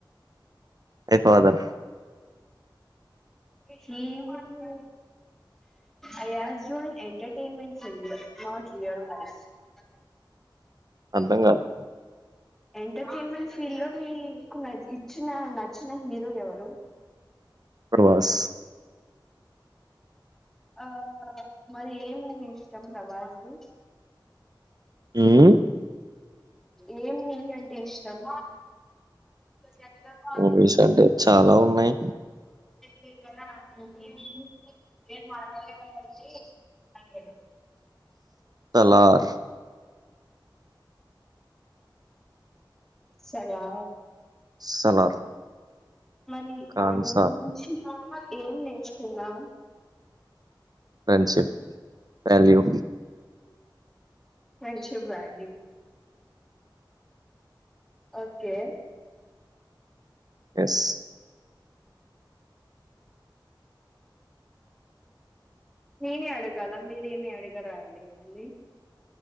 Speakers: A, on the right; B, in the centre.
A: ఎఫాదర్ప్
B: హీరో అయాస్ ఎంటర్టైన్మెంట్ ఫీల్ లో నాట్ రియల్ లైఫ్ లో
A: అర్థం కాలా
B: ఎంటర్టైన్మెంట్ ఫీల్డ్ లో మీకు ఇచ్చిన నచ్చిన హీరో ఎవరు
A: ప్రబాస్
B: ఆ మరి ఏ మూవీ ఇష్టం ప్రభాస్ ది
A: హ్మ్
B: ఏ మూవీ అంటే ఇష్టం జన్ని లోనే ఆన్
A: మూవీస్ అంటే చాలా ఉన్నాయి
B: చేసినాడు ఉ ఊ ఏమ్ అడగలేవు అనేసి అడిగాడు
A: సాలార్
B: సగా
A: సలార్
B: మరి
A: ఖాన్
B: ఆ మూవీ
A: సార్
B: నుంచి ఏం నేర్చుకున్నావు
A: friendship value
B: friendship value okay
A: yes
B: నేనే అడగాల మీరేమి అడిగరాండి మళ్ళీ